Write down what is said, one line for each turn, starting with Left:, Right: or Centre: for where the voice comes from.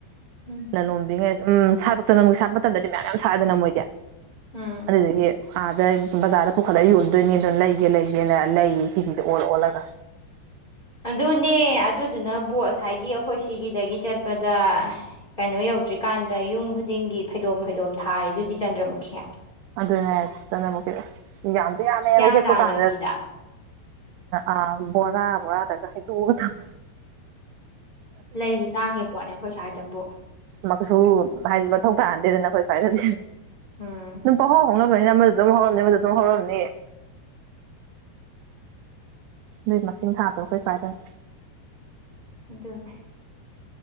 Left: ꯎꯝ
Right: ꯂꯂꯣꯝꯕꯤꯉꯩ ꯎꯝ ꯁꯥꯔꯛꯇꯅ ꯃꯨꯣꯏꯛ ꯁꯥꯠꯄ ꯃꯇꯝꯗꯗꯤ ꯃꯌꯥꯝ ꯌꯥꯝ ꯁꯥꯛꯗꯅ ꯃꯣꯏꯗꯤ
Left: ꯍꯥꯝ
Right: ꯑꯗꯨꯗꯒꯤ ꯑꯥꯗ ꯕꯖꯥꯔꯗ ꯄꯨꯈꯠꯂꯒ ꯌꯣꯜꯗꯣꯏꯅꯤ ꯑꯗꯨꯅ ꯂꯩ ꯦ ꯂꯩꯁꯦꯅ ꯂꯩꯌꯦꯤꯖꯤꯗ ꯑꯣꯜꯂ ꯑꯣꯜꯂꯒ
Left: ꯑꯗꯨꯅꯦ ꯑꯗꯨꯗꯨꯅꯕꯨꯕꯣ ꯉꯁꯥꯏꯒꯤ ꯑꯩꯈꯣꯏ ꯁꯤꯒꯤꯗꯒꯤ ꯆꯠꯄꯗ ꯀꯩꯅꯣ ꯌꯧꯗ꯭ꯔꯤꯀꯥꯟꯗ ꯌꯨꯝ ꯈꯨꯗꯤꯡꯒꯤ ꯐꯩꯗꯣꯝ ꯐꯩꯗꯣꯝ ꯊꯥꯔꯦ ꯑꯗꯨꯗꯤ ꯆꯟꯗ꯭ꯔꯃꯨꯛꯈꯤ
Right: ꯑꯗꯨꯅꯗ ꯌꯥꯃꯕꯦ
Left: ꯍꯤꯌꯥꯡꯊꯥꯡ
Right: ꯀꯨ <unintelligible> ꯑ
Left: ꯂꯝꯕꯤꯗ
Right: ꯑ ꯕꯣꯔꯥ ꯕꯣꯔꯥ ꯇꯒ ꯍꯗꯨ ꯊꯝ
Left: ꯂꯩꯁꯨ ꯇꯥꯡꯉꯦ ꯄꯣꯠꯅꯦ ꯑꯩꯈꯣꯏ ꯁ꯭ꯋꯥꯏꯗꯕꯨ
Right: ꯃꯁꯨ ꯍꯥꯏꯗꯤ ꯃꯊꯧ ꯇꯥꯍꯟꯗꯦꯗꯅ ꯅꯈꯣꯏ ꯁ꯭ꯋꯥꯏꯗꯗꯤ
Left: ꯎꯝ
Right: ꯑꯗꯨꯝ ꯄꯥꯎꯍꯥꯎ ꯍꯧꯥꯎꯅꯕꯅꯤꯅ ꯑꯃꯗ ꯑꯗꯨꯨꯝ ꯍꯧꯔꯝꯅꯤ ꯑꯥꯃꯗꯨꯗ ꯁꯨꯝ ꯍꯧꯔꯝꯅꯤ ꯅꯣꯏ ꯃꯁꯤꯡ ꯊꯥꯗꯕꯣ ꯑꯩꯈꯣꯏ ꯀꯥꯏꯗꯅ
Left: ꯑꯗꯨꯅꯦ